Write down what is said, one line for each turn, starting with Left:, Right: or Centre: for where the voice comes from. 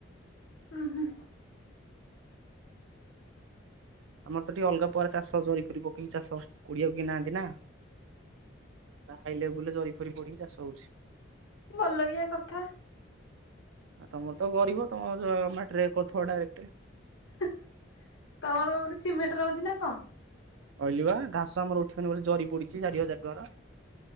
Left: ଉଁ ହୁଁ।
Right: ଆମର ତ ଟିକେ ଅଲଗା ପ୍ରକାର ଚାଷ ଜରି ପରୀ ପକେଇକି ଚାଷ କୋଡ଼ିଆକୁ କେଇ ନାହାନ୍ତି ନା। ରା ହାଇଲେବୁଲରେ ଜରି ଫରି ପଡ଼ିକି ଚାଷ ହୋଉଛି।
Left: ଭଲ ଲାଗିବା କଥା।
Right: ଆ ତମର ତ ଗରିବ ତମର ମାଟିରେ କରୁଥୁବ ଡାଇରେକ୍ଟ।
Left: ତମର ବେଧେ ସିମେଣ୍ଟରେ ହୋଉଚି ନା କଣ?
Right: କହିଲି ବା ଘାସ ଆମର ଉଠିବନି ବୋଲି ଜରି ପଡିଚି ଚାରି ହଜାର ଟଙ୍କାର।